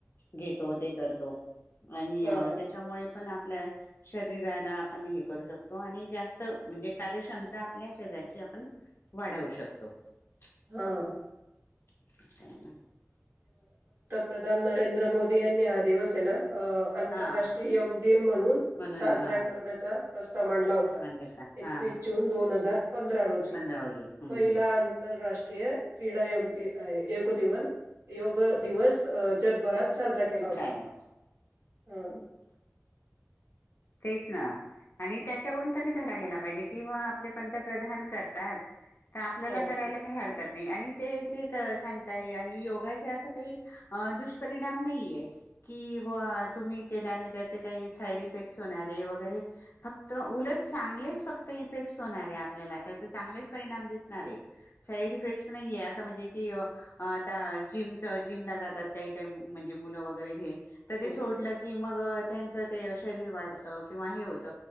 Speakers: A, on the left; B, on the right.
A: घेतो ते करतो आणि
B: हा हा
A: त्याच्यामुळे आपण आपल्या शरीराला आपण हे करू शकतो आणि जास्त म्हणजे कार्यक्षमता आपल्या शरीराची आपण वाढवू शकतो कत्तो
B: हा
A: ह
B: प्र्रधान नरेंद्र मोदी यांनी हा दिवस आहे ना अ आंतरराष्ट्रीय
A: हा
B: योग दिन म्हणून
A: म्हणून
B: साजरा
A: हा
B: करण्याचा प्रस्ताव मांडला होता
A: मांडता
B: एकवीस
A: हा
B: जून दोन हजार पंधरा रोजी
A: पंधरा वाजे हम्म
B: पहिला आंतरराष्ट्रीय क्रीडा योगदीन योग दिवन. योग
A: हा
B: दिवस अ जगभरात साजरा केला होता.
A: चालेल
B: हां
A: तेच ना आणि त्याच्याहून तरी धडा घ्यायला पाहिजे किंवा आपले पंतप्रधान करतात. तर आपल्याला
B: हो
A: करायला काही हरकत. नाही आणि ते ज सांगताय आणि योगाचे असं काही दुष्परिणाम नाहीय कि बघा तुम्ही केल्याने त्याचे काही साईड! इफेक्ट होणारे वगैरे फक्त उलट चांगलेच फक्त इफेक्ट होणारे आपल्याला त्याचे चांगलेच परिणाम दिसणार आहे साईड इफेक्टस नाहीये असं म्हणजे की आता जिमच जिमला जातात काही काही म्हणजे मुलं वगैरे हे! तर
B: हम्म
A: ते सोडलं
B: हम्म.
A: की मग- त्यांच आहे ते यश! शरीर वाढत किंवा हे होत